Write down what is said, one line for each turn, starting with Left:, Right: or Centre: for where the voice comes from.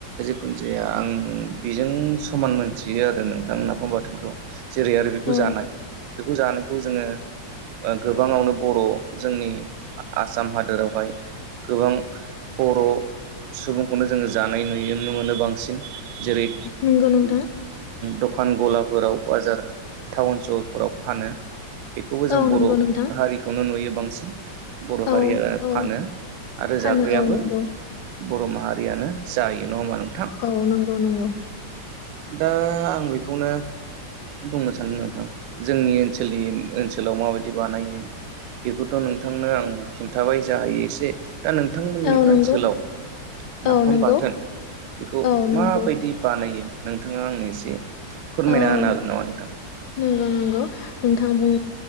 Right: जिखुनो जाया आं बेजों समान मोनथियो आरो नोंथां नाफाम बाथोनखौ। जेरै आरो बेखौ
Left: औ
Right: जानाय जानायखौ जोङो ओ गोबाङावनो बर' जोंनि आ-आसाम हादोरावहाय गोबां बर' सुबुंखौनो जोङो जानाय नुयो। नुनो मोनो बांसिन जेरै
Left: नंगौ नोंथां
Right: दखान गला फोराव बाजार टाउन सहरफोराव फानो। बेखौबो जों
Left: औ
Right: बर'
Left: नंगौ नोंथां
Right: हारिखौनो नुयो। बांसिन बर' हारिया
Left: औ औ
Right: फानो आरो
Left: फानो
Right: जाग्रायाबो
Left: औ नंगौ
Right: बर' माहारियानो। जायो नङा होमबा नों
Left: औ नंगौ नंगौ।
Right: दा आं बेखौनो बुंनो सानदों नोंथां जोंनि ओनसोलनि ओनसोलाव माबायदि बानायो बेखौथ' नोंथांनो आं खिन्थाबाय जाहायो एसे। दा नोंथांमोननि
Left: औ नंगौ
Right: ओनसोलाव नाफाम
Left: औ नंगौ
Right: बाथोन बेखौ
Left: औ नंगौ
Right: माबायदि बानायो? नोंथाङा आंनो एसे फोरमायना
Left: औ
Right: होनो हागोन नामा नोंथां?
Left: नंगौ नंगौ नोंथां बुं